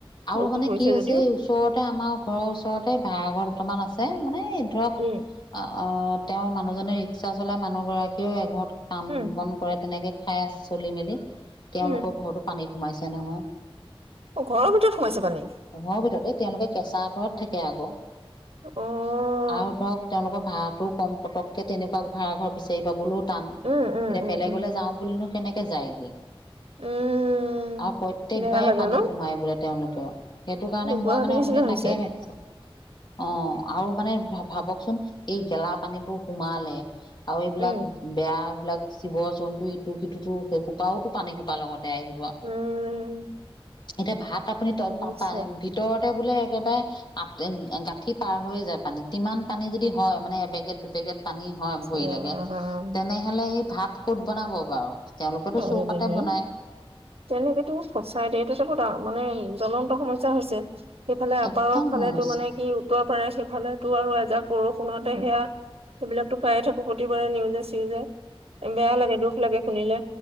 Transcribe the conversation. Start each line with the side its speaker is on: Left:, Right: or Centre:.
Left: আৰু
Right: বৰষুণ
Left: মানে
Right: পৰিছে
Left: কি হৈছে,
Right: যদিও।
Left: ওচৰতে আমাৰ ঘৰৰ ওচৰতে বা আগৰ দুটামান আছে। এই মানে ধৰক,
Right: উম,
Left: অ' অ' তেওঁৰ মানুহজনে ৰিক্সা চলাই মানুহ গৰাকীয়েও এঘৰত। কাম
Right: উম,
Left: বন কৰে তেনেকে। খাই চলি মেলি। তেওঁলোকৰ
Right: উম,
Left: ঘৰতো পানী সোমাইছে নহয়।
Right: অহ ঘৰৰ ভিতৰত সোমাইছে পানী
Left: ঘৰ ভিতৰতে। তেওঁলোকে কেঁচা ঘৰত থাকে আকৌ।
Right: অ',
Left: আৰু ধৰক তেওঁলোকৰ ভাড়াটো ক'ম, পটককৈ তেনেকুৱা ভাড়াঘৰ বিচাৰি পাবলৈওঁ টান।
Right: উম, উম,
Left: এতিয়া
Right: উম,
Left: বেলেগলৈ
Right: উম,
Left: যাওঁ বুলিনো কেনেকে যায়গে। আৰু
Right: উম,
Left: প্ৰত্যকবাৰেই
Right: বেয়া লাগে
Left: পানী
Right: ন
Left: সোমাই বোলে তেওঁলোকৰ। সেইটো কাৰণে মই
Right: গুৱাহাটীৰ
Left: মানে
Right: নিচিনা
Left: অথনি
Right: হৈছে।
Left: তাকে ভাবিছো। অহ আৰু মানে ভাবকচোন এই গেলা পানীবোৰ সোমালে আৰু এইবিলাক
Right: উম,
Left: বেয়া বিলাক জীৱ জন্তু ইটো সিটোতো সেই সোপাওঁটো পানী সোপা লগত জায় আহিব।
Right: উম,
Left: এতিয়া ভাত আপুনি
Right: ইচ
Left: পান ভিতৰতে বোলে একে <unintelligible> গাঁঠি পাৰ হৈ যায় পানীত তিমান পানী যদি হয়, মানে এবেগেত দুবেগেত পানী হয়, ভৰিলেকে
Right: ৰাম
Left: তেনেহ'লে সেই ভাত ক'ত বনাব বাৰু? তেওঁলোকেতো
Right: আয়ো
Left: চৌকাতে
Right: দেহি
Left: বনায়
Right: তেওঁলোকেটো সঁচাই দেই, এইটো যে, বৰ ডাঙৰ-মানে জ্বলন্ত সমস্যা হৈছে। সেইফালে আপাৰৰ
Left: একদম
Right: ফালে
Left: সমস্যা
Right: তো, মানে কি উত্তৰ পাৰে সেইফালেতো আৰু এজাক বৰষুণতে সেয়া, এইবিলাকতো পায়েই থাকো প্ৰতিবাৰে নিউজ, চিউজে। বেয়া লাগে, দুখ লাগে শুনিলে।